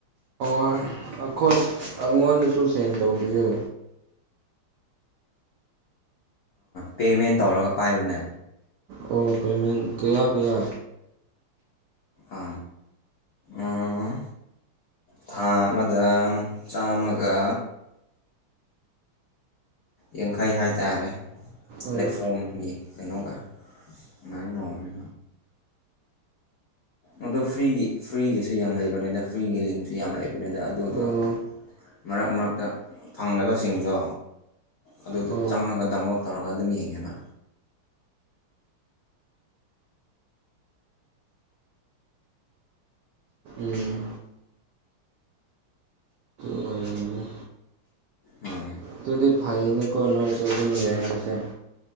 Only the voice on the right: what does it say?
ꯍꯣꯏ ꯑꯩꯈꯣꯏ ꯑꯩꯉꯣꯟꯗꯁꯨ ꯁꯦꯟ ꯇꯧꯕꯤꯌꯨ
ꯑꯣ ꯄꯦꯃꯦꯟ ꯀꯌꯥ ꯀꯌꯥ
ꯑꯣ
ꯑꯣ
ꯑꯣ
ꯎꯝ ꯑꯗꯨ ꯑꯣꯏꯔꯝꯒꯅꯤ
ꯑꯗꯨꯗꯤ ꯐꯥꯏꯅꯤ ꯀꯣꯔꯅꯁꯕꯨ ꯃꯤꯔꯕꯁꯦ